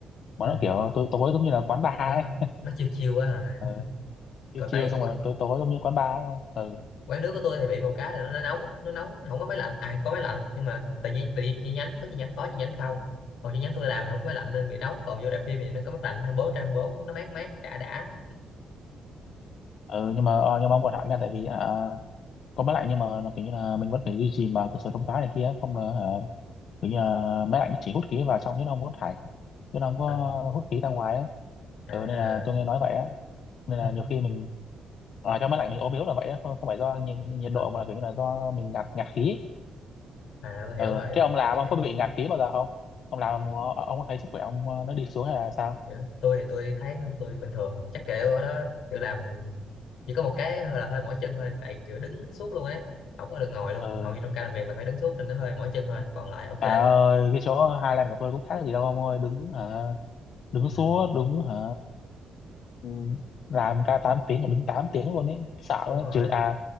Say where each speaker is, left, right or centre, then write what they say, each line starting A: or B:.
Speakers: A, on the left; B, on the left.
A: mà
B: ừ.
A: nó kiểu tối tối giống như là quán bar ấy.
B: nó nó chiêu chiêu quá à
A: Ờ,
B: còn
A: chiều chiều
B: tại
A: xong rồi tối tối giống như quán bar ấy không? Ừ.
B: quán nước của tôi thì bị một cái là nó nóng nó nóng không có máy lạnh à có máy lạnh nhưng mà tại vì tại vì chi nhánh có chi nhánh có chi nhánh không còn chi nhánh tôi làm thì không có máy lạnh nên bị nóng còn vô rạp phim thì nó có máy lạnh hai mươi bốn, trên bốn nó mát mát đã đã
A: ừ, nhưng mà ờ, nhưng mà ông còn hạn nha tại vì à, có máy lạnh nhưng mà nó kiểu như là mình vẫn phải duy trì mà cửa sổ thông thoáng này kia không là hả, kiểu như là máy lạnh nó chỉ hút khí vào trong chứ nó không có thải chứ nó không có
B: Ờ,
A: hút khí ra ngoài ấy.
B: à
A: Ừ, nên là tôi nghe nói vậy á nên là
B: <laughs>
A: nhiều khi mình ở trong máy lạnh mình ốm yếu là vậy á không, không phải do nhiệt, nhiệt
B: Ờ,
A: độ mà là kiểu như là do mình ngạt ngạt khí
B: à tôi hiểu
A: ừ.
B: rồi
A: thế ông làm
B: cái cái
A: ông có bị ngạt khí bao giờ không ông làm ông, ông có thấy sức khỏe ông ờ, nó đi xuống hay là sao
B: kiểu, tôi thì tôi thấy tôi bình thường chắc kiểu ở đó kiểu làm chỉ có một cái hơi là hơi mỏi chân thôi tại kiểu đứng suốt luôn ấy không có được ngồi luôn
A: ừ.
B: hầu như trong ca làm việc là phải đứng suốt nên nó hơi mỏi chân thôi còn lại ok
A: trời ơi cái chỗ Highland của tôi cũng khác gì đâu ông ơi đứng hả đứng
B: ừ,
A: suốt đứng hả Ừ, làm ca tám tiếng ở đứng 8 tiếng luôn ấy sợ quá
B: đúng rồi
A: trừ à